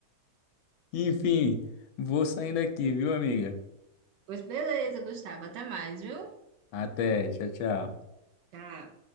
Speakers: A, on the left; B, on the right.
A: Enfim, vou saindo aqui, viu, amiga?
B: Pois beleza, Gustavo, até mais, viu?
A: Até, tchau, tchau.
B: Tchau.